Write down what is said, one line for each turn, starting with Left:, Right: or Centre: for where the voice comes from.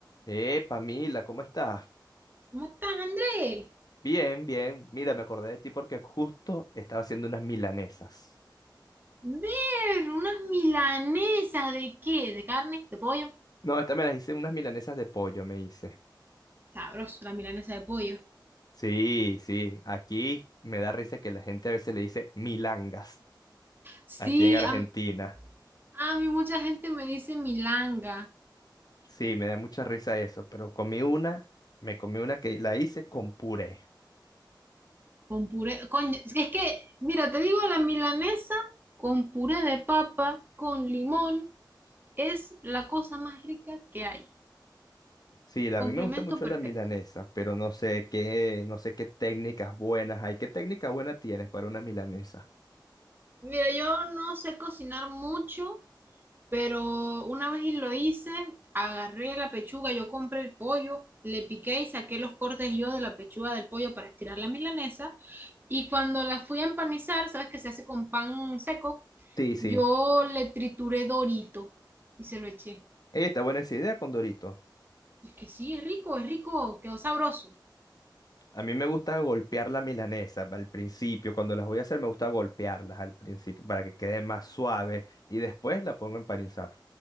Left: Eh, Pamila, ¿cómo estás?
Right: ¿Cómo estás, Andrés?
Left: Bien, bien. Mira, me acordé de ti porque justo estaba haciendo unas milanesas.
Right: Ver, unas milanesas de qué? ¿De carne? ¿De pollo?
Left: No, esta me las hice unas milanesas de pollo, me hice.
Right: Sabroso, la milanesa de pollo.
Left: Sí, sí. Aquí me da risa que la gente a veces le dice milangas,
Right: Sí,
Left: aquí en Argentina.
Right: a, a mí mucha gente me dice milanga
Left: Sí, me da mucha risa eso, pero comí una, me comí una que la hice con puré.
Right: con puré. Coño, es que, es que, mira, te digo, la milanesa con puré de papa, con limón, es la cosa más rica que hay.
Left: Sí, la-
Right: Complemento
Left: a mí me gusta mucho
Right: perfecto.
Left: la milanesa, pero no sé qué, no sé qué técnicas buenas hay. ¿Qué técnica buena tienes para una milanesa?
Right: Mira, yo no sé cocinar mucho. Pero una vez y lo hice, agarré la pechuga, yo compré el pollo, le piqué y saqué los cortes yo de la pechuga del pollo para estirar la milanesa. Y cuando la fui a empanizar, sabes que se hace con pan seco,
Left: Sí, sí.
Right: yo le trituré Dorito y se lo eché.
Left: Ey, está buena esa idea con Dorito.
Right: Es que sí, es rico, es rico, quedó sabroso.
Left: A mí me gusta golpear la milanesa al principio. Cuando las voy a hacer, me gusta golpearlas al principio para que quede más suave y después la pongo a empanizar.